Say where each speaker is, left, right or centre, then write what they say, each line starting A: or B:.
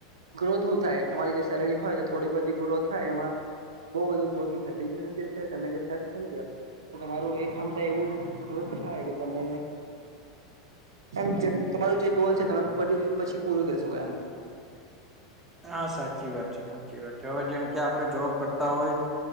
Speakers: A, on the right; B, on the right.
A: ગ્રોથ હું થાય તમારી જે સેલરી હોય થોડી બધી ગ્રોથ થાય એમાં બઉ બધું ગ્રોથ ન થાય બિઝનેસ જે છે તમે જે સેટ થઈ ગયા તો તમારું એક હમતા એવું ગ્રોથ થાય કે તમે એમ જે તમારું જે ગોલ છે તમે પ પછી પૂરું કરી શકો એમ.
B: હા સાચી વાત છે સાચી વાત છે, હવે જેમ કે આપડણે જોબ કરતા હોય